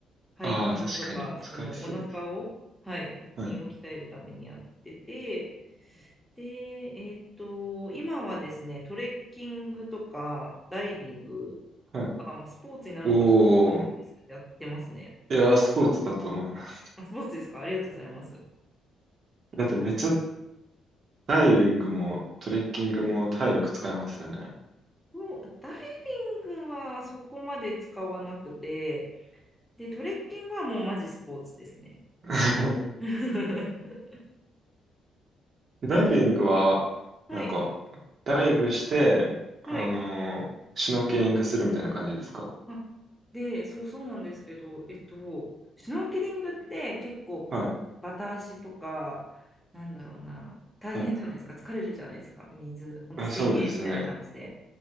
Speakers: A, in the centre; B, on the right.
A: 背筋とか、
B: ああ、確かに、
A: そのお腹を、
B: 使いそうです。
A: はい、腹筋を鍛えるためにやってて、
B: はい。
A: で、えっと、今はですね、トレッキングとか、ダイビング
B: はい。
A: が、まあ、スポーツになるのかちょっとわからないですけど、
B: おー。
A: やってますね。
B: いやー、スポーツだと思います。
A: あ、スポーツですかありがとうございます。
B: だってめっちゃ
A: そ
B: ダイビングもトレッキングも体力使いますよね。
A: う。もうダイビングはそこまで使わなくて、で、トレッキングはもうマジスポーツですね。
B: <laughs>
A: <laughs>
B: ダイビングは、
A: はい、
B: なんか、ダイブして、あのーシュノーケリングするみたいな感じですか
A: はい。あ、で、そうそうなんですけど、えっと、シュノーケリングって結構
B: はい。
A: バタ足とか、なんだろうな、大変じゃないですか、
B: はい。
A: 疲れるじゃないですか、水、ほんと水泳みたいな感じで。
B: あそうですね。